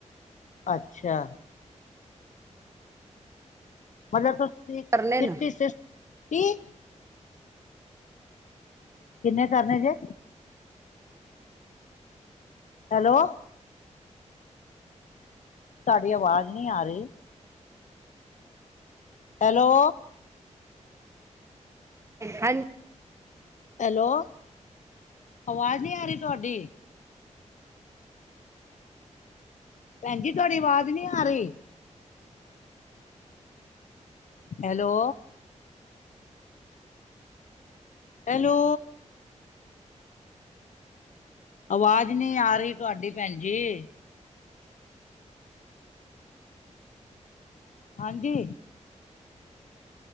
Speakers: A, on the left; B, on the right.
A: ਅੱਛਾ ਮਤਲਬ ਤੁਸੀਂ ਕਿਟੀ
B: ਕਰਨੇ ਨਾ
A: <inaudible> ਕਿੰਨੇ ਕਰਨੇ ਜੇ ਹੈਲੋ ਤੁਹਾਡੀ ਆਵਾਜ਼ ਨਹੀਂ ਆ ਰਹੀ। ਹੈਲੋ
B: ਹਾਂਜੀ
A: ਹੈਲੋ, ਅਵਾਜ਼ ਨਹੀਂ ਆ ਰਹੀ ਤੁਹਾਡੀ। ਭੈਣ ਜੀ ਤੁਹਾਡੀ ਆਵਾਜ਼ ਨੀ ਆ ਰਹੀ। ਹੈਲੋ ਹੈਲੋ ਆਵਾਜ਼ ਨਹੀਂ ਆ ਰਹੀ ਤੁਹਾਡੀ ਭੈਣ ਜੀ। ਹਾਂਜੀ।